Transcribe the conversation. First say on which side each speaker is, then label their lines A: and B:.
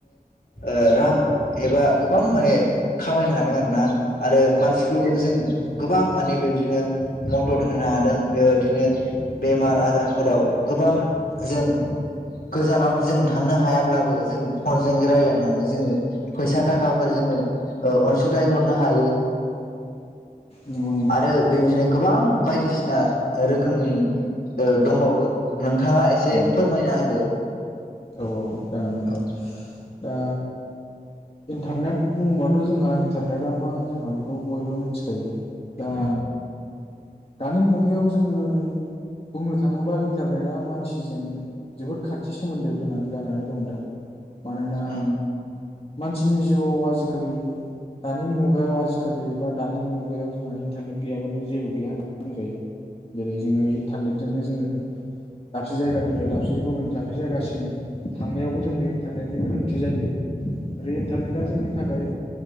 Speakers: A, on the left; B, on the left.
A: ओ रां एबा गोबां माने खामायनो हादों आरो ना। आरो मानसिफोरखौबो जों गोबां माने बेबायदिनो मदद होनो हादों बेबायदिनो बेमार आजारफोराव गोबां जों गोजानाव जों थांनो हायाब्लाबो जों फनजों रायलायनानै जोङो फैसा थाखाफोर जोङो अनसुंथाइ हरनो हायो
B: नंगौ नंगौ,
A: आरो बेबायदिनो गोबां बायदिसिना रोखोमनि ओ दंबावो नोंथाङा एसे
B: उम,
A: फोरमायना होदो।
B: औ औ जागोन
A: औ
B: दा इन्टारनेट बुङोबाथ' जोंहा इन्टारनेटा मा जोंहा बेखौ बयबो मिथिखायो। दा
A: ओं
B: दानि मुगायाव जोङो बुंनो थाङोबा इन्टारनेटआ मानसिजों जोबोद खाथि सोमोन्दो गोनां जानानै दं दा मानोना
A: ओं
B: मानसिनि जिउआव आजिखालि दानि मुगायाव आजिखालि बा दानि मुगायाव जोंहा इन्टारनेट गैयाबानो जेबो गैया बुं जायो। जेरै जोङो इन्टारनेटजोंनो जोङो दाबसे जायगानिफ्राय दाबसे गुबुन दाबसे जायगासिम थांनायावबो जोंनो इन्टारनेटनि गोनांथि जायो आरो इन्टारनेटआ जोंनि थाखाय